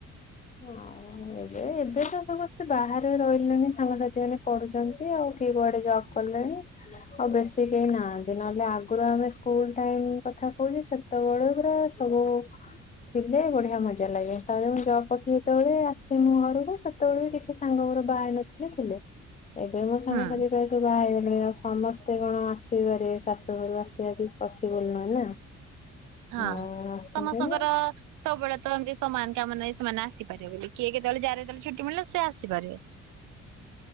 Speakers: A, on the left (about 25°); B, on the right (about 85°).
A: ହଁ। ଏବେ ଏବେ ତ ସମସ୍ତେ ବାହାରେ ରହିଲେଣି। ସାଙ୍ଗସାଥି ମାନେ ପଢୁଛନ୍ତି, ଆଉ କଏ କୁଆଡେ ଜବ୍ କଲେଣି, ଆଉ ବେଶୀ କେହି ନାହାନ୍ତି ନହେଲେ ଆଗରୁ ଆମେ, ସ୍କୁଲ ଟାଇମ କଥା କହୁଛି, ସେତେବେଳେ ପୁରା ସବୁ ଥିଲେ ବଢିଆ ମଜା ଲାଗେ, ତାପରେ ମୁଁ ଜବ୍ କରୁଥିଲି ଯେତେବେଳେ ଆସେ ମୁଁ ଘରକୁ ସେତେବେଳେ ବି କିଛି ସାଙ୍ଗ ମର ବାହା ହେଇନ। ଥିଲେ। ଏବେ ମୋ ସାଙ୍ଗ
B: ହୁଁ
A: ସାଥି ସବୁ ବାହା ହେଇ ସମସ୍ତେ କଣ ଆସିବାରେ, ଶାଶୁ ଘରୁ ଆସିବା କବି ପସିବୁଲ୍ ନୁହେଁ ନା।
B: ହଁ
A: ଆଉ ଆସନ୍ତିନି।
B: ସମସ୍ତଙ୍କର ସବୁବେଳେ ତ ଏମତି ସମାନ୍ ମାନେ ନାହିଁ ସେମାନେ ଆସିପାରେ ବୋଲି କିଏ। ନହେଲେ ଜାର ଯେତେବେଳେ ଛୁଟି ମିଳିଲା ସେ ଆସିପାରିବେ।